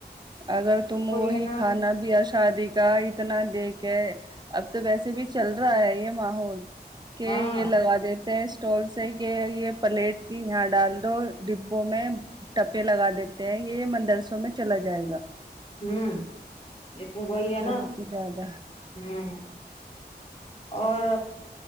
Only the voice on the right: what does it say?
اگر تم
وہی
کھانا بھی آ <unintelligible> شادی کا اتنا دیکھ کے اب تو ویسے بھی چل رہا ہے یہ ماحول کہ
یہ لگا دیتے ہیں <unintelligible> اسٹالس ہے کہ یہ پلیٹ کی یہاں ڈال دو ڈبوں میں ٹپے لگا دیتے ہیں یہ مدرسوں میں چلا جائے گا <unintelligible>
بہت
ہی زیادہ